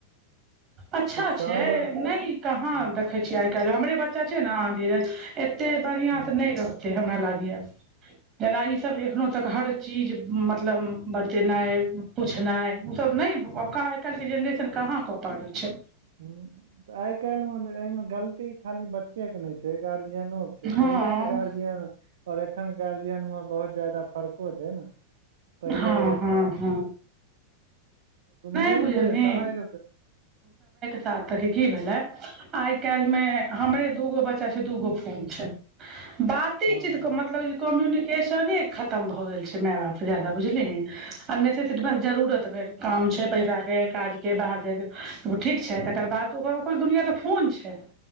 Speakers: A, on the right; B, on the right.
A: अच्छा
B: सब
A: छै नइ कहाँ
B: हूं
A: देखै छियै काइल हमरे बच्चा छै ने धीरज एते बढ़ियाँ
B: हूं
A: से नहि रहतै हमरा लागय जेना ई सभ एखनोह तक हर चीज मतलब बचेनाई पुछनाइ उसब नहि आइ काल्हि के जेनरेशन कहाँ कऽ पाब छै
B: ह त आइ काल्हि मे एहिमे गलती खाली बच्चे के नहि छै गार्जियनो के
A: हँ
B: पहिलेके गार्जियन आओर एखन गार्जियन मे बहुत जादा फर्को छै ने पहिले
A: हाँ हाँ हाँ
B: मेन
A: बुझलही
B: छै समयके ह
A: त त की भेले आइ काल्हि मे हमरे दूगो बच्चा छै दूगो फोल छै बाते
B: हँ
A: चीत ओक मतलब कम्युनिकेशने खतम भऽ गेल छै माय बाप के ज्यादा बुझलीए ने सामने सँ से बस जरूरत भर काम छै पैसा के काज के बाहर जाय के ओ ठीक छै तकर बाद ओ ओकर दुनिआँ तऽ फोन छै